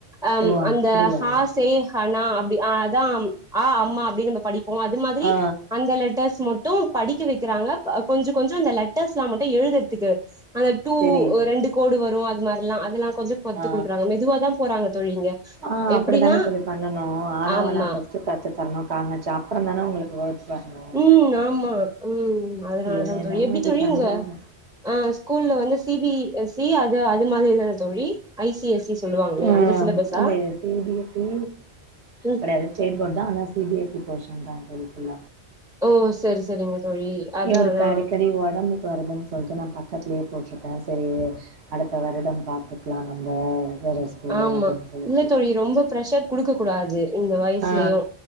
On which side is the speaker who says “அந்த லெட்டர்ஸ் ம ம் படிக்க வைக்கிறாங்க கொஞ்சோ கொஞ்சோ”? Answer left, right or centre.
Centre